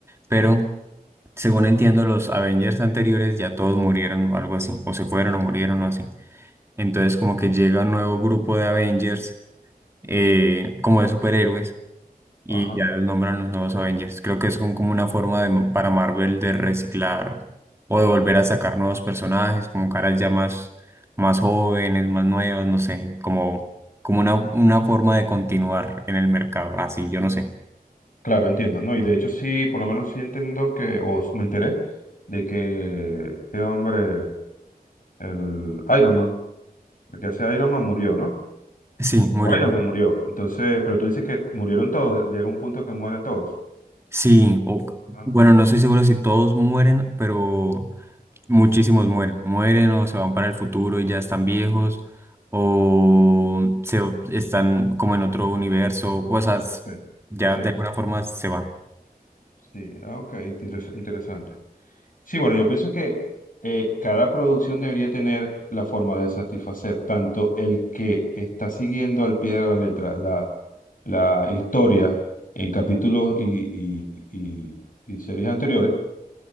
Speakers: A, on the right (about 15°); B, on the left (about 60°).
A: pero según entiendo, los Avengers anteriores ya todos murieron o algo así, o se fueron o murieron o así. Entonces como que llega un nuevo grupo de Avengers, eh, como de superhéroes y
B: Ajá.
A: ya los nombran los nuevos Avengers. Creo que es como como una forma de- para Marvel de reciclar o de volver a sacar nuevos personajes, como caras ya más, más jóvenes, más nuevas, no sé, como, como una, una forma de continuar en el mercado. Así, yo no sé.
B: Claro, entiendo, ¿no? Y de hecho sí, por lo menos sí entiendo que, o s- me enteré de que este hombre, el Iron Man, el que hace Iron Man murió, ¿no?
A: Sí, murió.
B: O Iron Man murió. Entonces, pero tú dices que murieron todos, llega un punto que mueren todos.
A: Sí, o,
B: Ah,
A: bueno, no estoy seguro si todos mueren, pero muchísimos mueren. Mueren o se van para el futuro y ya están viejos, o se están como en otro universo, o sea, s-
B: ok.
A: ya
B: Sí,
A: de alguna forma se van.
B: sí, ah, ok, interes- interesante. Sí, bueno, yo pienso que eh, cada producción debería tener la forma de satisfacer tanto el que está siguiendo al pie de la letra la, la historia en capítulos y, y- y- y series anteriores,